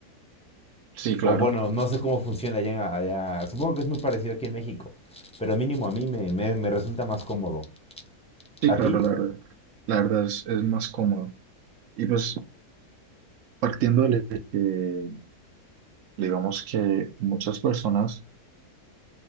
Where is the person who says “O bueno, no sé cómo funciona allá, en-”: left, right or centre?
Centre